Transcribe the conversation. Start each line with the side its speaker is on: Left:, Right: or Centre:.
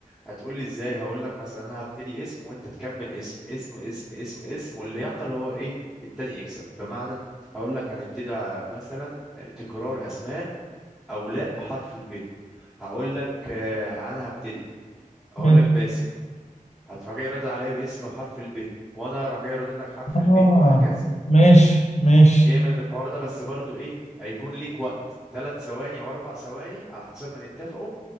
Centre: هتقول لي ازاي هقول لك مثلا انا هبتدي اسم وانت تكمل اسم اسم اسم اسم اسم واللي يعطل هو ايه التاني يكسب بمعنى هقول لك هنبتدي ع- مثلا تكرار اسماء اولاد بحرف الب هقول لك آه، انا هبتدي هقول
Left: ماشي
Centre: لك باسم هتروح جاي رد عليا باسم بحرف الب وانا راح جاي ردد لك حرف الب
Left: اه
Centre: وهكذا
Left: ماشي ماشي
Centre: جامد الحوار ده بس برضو ايه هيكون ليك وقت ثلاث ثواني او اربع ثواني على حسب ما نتفقوا